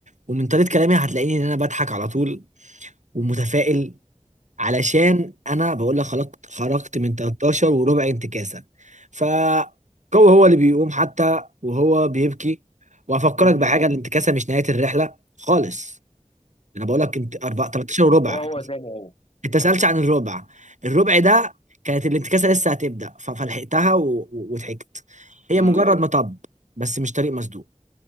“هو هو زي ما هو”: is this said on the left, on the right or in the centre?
Left